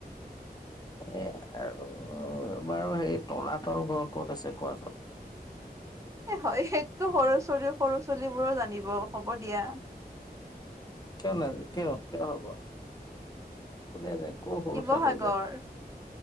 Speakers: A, on the left; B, on the right.
A: এ আৰু বাৰু হেই তলাতল ঘৰ ক'ত আছে কোৱাচোন।
B: হয় সেইটোতো সৰু ছোৱালী সৰু ছোৱালী বোৰো জানিব হ'ব দিয়া
A: কিয় ন কিয় কিয় হব <unintelligible> কোনে যায় ক সৰু
B: শিৱসাগৰ
A: চোৱালী যায়